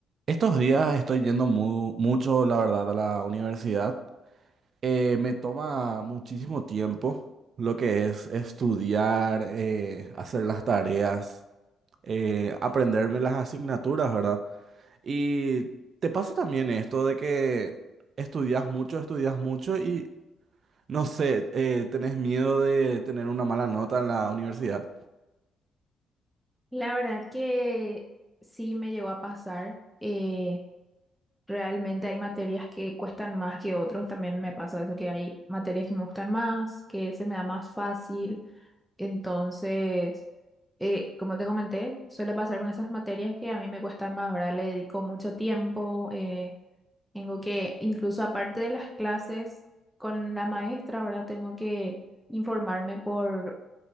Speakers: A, on the right (about 50°); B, in the centre.
A: Estos días estoy yendo mu- mucho, la verdad, a la universidad. Eh, me toma muchísimo tiempo lo que es estudiar, eh, hacer las tareas, eh, aprenderme las asignaturas, ¿verdad? Y te pasa también esto de que estudias mucho, estudias mucho y, no sé, eh, tenés miedo de tener una mala nota en la universidad.
B: La verdad que sí me llegó a pasar. eh, realmente hay materias que cuestan más que otros. También me pasa eso, que hay materias que me gustan más, que se me da más fácil. Entonces, eh, como te comenté, suele pasar con esas materias que a mí me cuestan más, ¿verdad? Le dedico mucho tiempo. eh, tengo que, incluso aparte de las clases con la maestra, ¿verdad? Tengo que informarme por